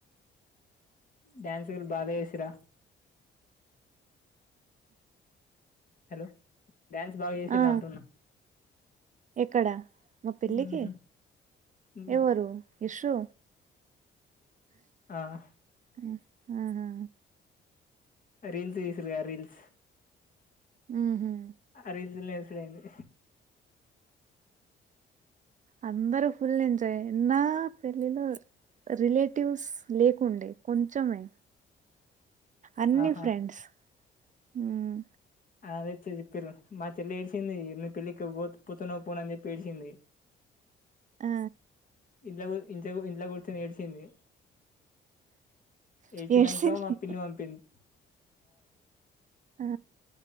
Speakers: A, on the left; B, on the right.
A: డ్యాన్స్లు బానే జేసిర్ర హలో డ్యాన్స్ బాగా జెసిర్ర
B: ఆ
A: అంటున్నా
B: ఎక్కడ మా పెళ్ళికి
A: ఉహు. ఉమ్,
B: ఎవరు యషు
A: ఆహ్
B: ఉమ్ హు
A: రీల్స్ చేసిరుగ రీల్స్
B: ఉహు
A: ఆ రీల్స్ తిరె ఐంది
B: అందరు ఫుల్ ఎంజయ్ ఎన్న పెళ్ళిలో రిలేటివ్స్ లేకుండే కొంచమే అన్ని
A: ఆహా
B: ఫ్రెండ్స్ ఉమ్
A: అదే చ్-చెప్పిరు మా చెల్లెడ్సింది ని పెళ్ళికి పోత్ పోతనో పోనో అని జెప్పేడ్చింది
B: ఆ
A: ఇంట్ల గు ఇంట్ల గు ఇంట్ల గూర్చొనేడ్సీంది ఏడ్చినాంక
B: ఏడ్సింది
A: మా పిన్ని పంపింద్
B: ఆ